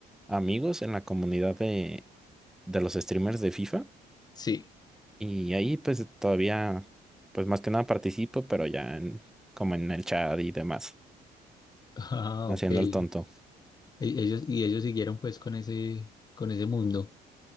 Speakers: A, in the centre; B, on the left.
A: amigos en la comunidad de, de los streamers de FIFA
B: Sí.
A: y ahí pues todavía, pues más que nada participo, pero ya en- como en el chat y demás,
B: <laughs> Ah,
A: haciendo
B: ok. E-
A: el tonto.
B: Ellos, y ellos siguieron pues con ese, con ese mundo.